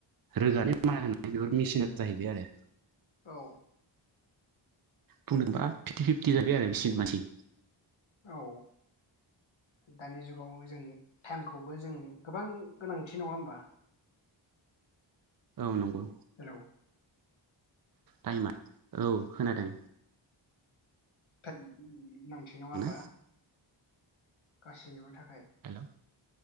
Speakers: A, on the right; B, on the left.
A: रोगानो मारा होनाय बेफोर मेसिना जाहैबाय आरो
B: औ
A: बुंदोंबा फिफ्टि फिफ्टि जाबाय आरो मिसिन मानसि
B: औ दानि जुगाव जों टाइमखौबो जों गोबां गोनांथि नङा होमबा
A: औ नंगौ
B: हेलौ
A: टाइमा औ खोनादों
B: <unintelligible> नङा होनबा
A: ना
B: गासैनिबो थाखाय
A: हेलौ